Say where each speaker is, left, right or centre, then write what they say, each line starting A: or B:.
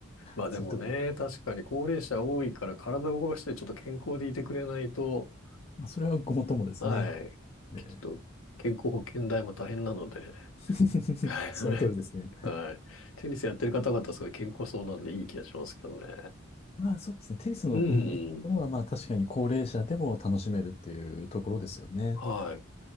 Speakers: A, on the left; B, on the left.
A: まあでもね、
B: するところ。
A: 確かに高齢者多いから体を動かしてちょっと健康でいてくれないと、
B: まあ、それはごもっともですね。
A: はい。
B: ね
A: ちょっと健康保険代も大変なので、
B: <laughs>
A: <laughs> はい。
B: その通りですね。
A: はいはい。テニスやってる方々すごい健康そうなんでいい気がしますけどね。
B: まあそうですね。テニスの、
A: うん。
B: うん、いいところは、まあ確かに高齢者でも楽しめるっていうところですよね。
A: はい。